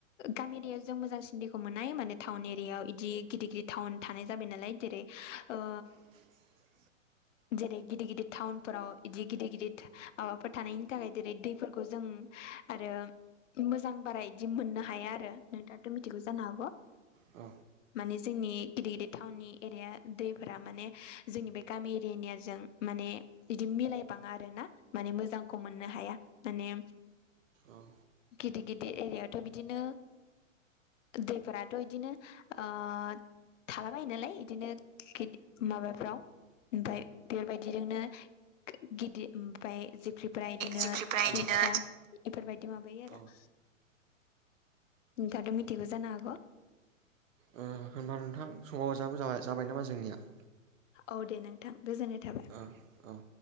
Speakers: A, on the left; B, on the right.
A: गामि दियाव जों मोजांसिन दैखौ मोननाय माने टाउन एरियायाव इदि गिदि गिदि टाउन थानाय जाबाय नालाय जेरै ओ
B: <inaudible>
A: जेरै गिदित गिदित टाउनफोराव इदि गिदि गिदित माबाफोर थानायनि थाखाय जेरै दैफोरखौ जों आरो मोजां बारा इदि मोननो हाया आरो नोंथाथ' मिथिगौ जानो हागौ।
B: अ।
A: माने जोंनि गिदित गिदित टाउननि एरिया दैफोरा माने जोंनि बे गामि एरियानिया जों माने बिदि मिलायबाङा आरो ना माने मोजांखौ मोननो हाया। माने
B: औ
A: गिदि गिदि एरियाथ' बिदिनो दैफोराथ' इदिनो ओ थालाबायायो नालाय बिदिनोि माबाफ्राव ओमफ्राय बेबायदि बिजोंनो गिदिर ओमफफ्राय जि ओमफ्राय बिदिनो
B: जिख्रिफ्रा बिदिनो
A: लेथ्रा इफोरबायदि माबायो आरो
B: औ
A: नोंथाङथ' मिथिखखौ जानो हाग'
B: ओ होनबा नोंथां समाव जाबोाबाय जाबाय नामा जोंनिया?
A: औ दे नोंथां गोजोननाय थाबाय।
B: ओ औ